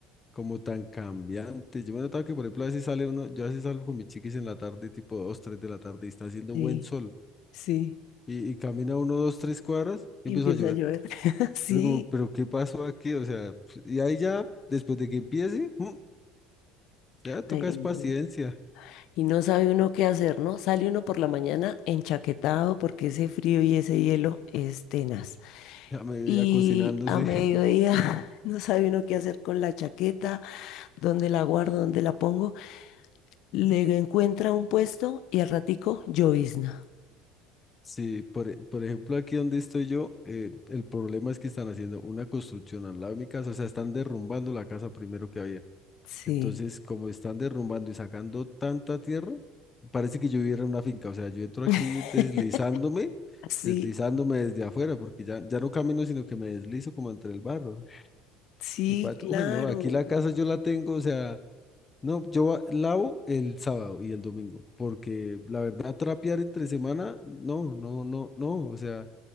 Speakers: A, on the left; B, on the left.
A: como tan cambiante. Yo me he notado que, por ejemplo, a veces sale uno, yo a veces salgo con mis chiquis en la tarde, tipo 2 3 de la tarde, y está haciendo
B: Sí,
A: buen sol,
B: sí,
A: y, y camina uno, dos, tres cuadras, y
B: y
A: empieza
B: empieza
A: a llover.
B: a llover. <laughs> Sí.
A: Y uno como, pero ¿qué pasó aquí? O sea, pues, y ahí ya, después de que empiece, mm, ya toca
B: Ay,
A: es
B: no.
A: paciencia,
B: Y no sabe uno qué hacer, ¿no? Sale uno por la mañana enchaquetado porque ese frío y ese hielo es tenaz.
A: a medida
B: Y
A: cocinándose.
B: a mediodía
A: <laughs>
B: <laughs> no sabe uno qué hacer con la chaqueta, dónde la guardo, dónde la pongo. Le encuentra un puesto y al ratico llovizna.
A: Sí, por, e- por ejemplo, aquí donde estoy yo, eh, el problema es que están haciendo una construcción al lado de mi casa, o sea, están derrumbando la casa primero que había.
B: Sí.
A: Entonces, como están derrumbando y sacando tanta tierra, parece que yo viviera en una finca. O sea, yo entro
B: <laughs>
A: aquí deslizándome,
B: Sí,
A: deslizándome desde afuera, porque ya, ya no camino, sino que me deslizo como entre el barro.
B: sí,
A: Y pato,
B: claro.
A: uy, no, aquí la casa yo la tengo, o sea, no, yo va- lavo el sábado y el domingo, porque la verdad, trapear entre semana, no, no, no, no, o sea.